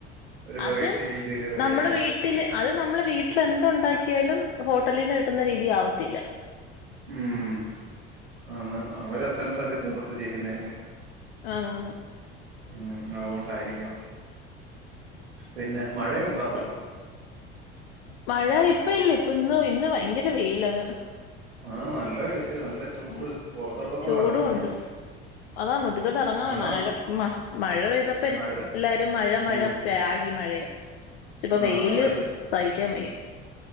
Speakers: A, on the right; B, on the left.
A: ഒരു വെറൈറ്റി
B: അത്
A: രീതിൽ റെഡിയാക്കിയതാണ്
B: നമ്മള് വീട്ടില് അത് നമ്മെ വീട്ടിൽ എന്ത്‌ ഉണ്ടാക്കിയാലും ഹോട്ടലിൽന്ന് കിട്ടുന്ന രീതിയാവത്തില്ല
A: ഉം ആണ് അവര് എസ് എൻസ് ഒക്കെ ചേർത്ത് ചെയ്യുന്നതല്ലേ
B: ആഹ്
A: ഉം അതുകൊണ്ടായിരിക്കാം പിന്നെ മഴയുണ്ടോ അവിടെ
B: മഴ ഇപ്പ ഇല്ല ഇപ്പ ഇന്ന് ഇന്ന് ഭയങ്കര വെയിലങ്ങ്
A: ആഹ് നല്ല വെയില് നല്ല ചൂട്
B: ഉം
A: പുറത്തോട്ടൊന്നും
B: ചൂടും
A: ഇറങ്ങാൻ
B: ഉണ്ട്
A: വയ്യ
B: അതാ മുറ്റത്തോട്ട് ഇറങ്ങാമേ
A: കാരണം
B: മഴ മ മഴ പെയ്തപ്പല്ലേ
A: മഴ
B: ഇല്ല മഴ
A: ഉം
B: മഴ പ്രാഗി മഴെ ഇപ്പ
A: ആ
B: വെയിൽ
A: അതാ ഇപ്-
B: സഹിക്കാൻ വയ്യ